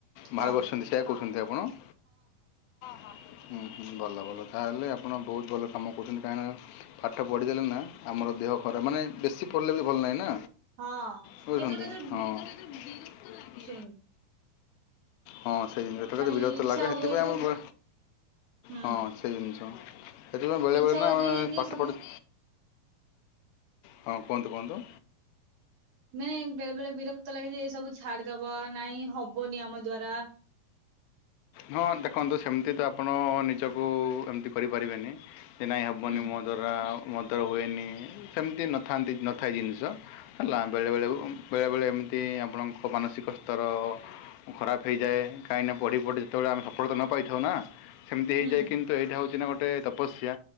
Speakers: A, on the left; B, on the right.
A: ବାହାରେ
B: ହଁ
A: ବସିଛନ୍ତି ସେୟା କହୁଛନ୍ତି ଆପଣ ହଁ ହଁ ହୁଁ ହୁଁ ଭଲ ଭଲ ତାହେଲେ ଆପଣ ବହୁତ ଭଲ କାମ କରୁଛନ୍ତି। କାହିଁକିନା ପାଠ ପଢ଼ିଦେଲେ ନା ଆମର ଦେହ ଖରାପ, ମାନେ ବେଶୀ ପଢ଼ିଲେ ବି ଭଲ ନାହିଁ ନା।
B: ହଁ
A: କହୁଛନ୍ତି
B: କେତେବେଳେ କେତେବେଳେ
A: ହଁ ବିରକ୍ତ ଲାଗେ ଯାଏ।
B: ଶୁଣନ୍ତୁ
A: ହଁ ସେଇ ଜିନିଷ
B: ମାନେ
A: ବିରକ୍ତ
B: ଇଚ୍ଛା
A: ଲାଗେ ସେଥିପାଇଁ
B: ହୁଏ ଯେ
A: ଆମ
B: ହୁଁ
A: ହଁ ସେ ଜିନିଷ ସେଥିପାଇଁ ବେଳେବେଳେ
B: ଇଚ୍ଛା ହୁଏ
A: ନା ଆମେ
B: ଯେ ଏମିତି
A: ପାଠପଢ଼ୁ
B: ସବୁ
A: ହଁ କୁହନ୍ତୁ କୁହନ୍ତୁ
B: ନାହିଁ ବେଳେ ବେଳେ ବିରକ୍ତ ଲାଗେ ଯେ ଏ ସବୁ ଛାଡିଦବା ନାହିଁ ହବନି ଆମ ଦ୍ଵାରା।
A: ହଁ ଦେଖନ୍ତୁ ସେମିତି ତ ଆପଣ ନିଜକୁ ଏମିତି କରିପାରିବେନି। ଯେ ନାହିଁ ହେବନି
B: ହୁଁ
A: ମୋ ଦାରା ମୋ ଦ୍ୱାରା ହୁଏନି ସେମିତି ନଥାନ୍ତି ନଥାଏ ଜିନିଷ। ହେଲା ବେଳେବେଳେ ବେଳେବେଳେ ଏମିତି ଆପଣଙ୍କ ମାନସିକ ସ୍ତର ଖରାପ ହେଇଯାଏ କାହିଁକିନା ପଢ଼ି ପଢ଼ି ଯେତେବେଳେ ଆମେ ସଫଳତା ନ ପାଇଥାଉ ନା। ସେମିତି
B: ଧୈର୍ଯ୍ୟ
A: ହେଇଯାଏ କିନ୍ତୁ ଏଇଟା ହେଉଛି ନା ଗୋଟେ ତପସ୍ୟା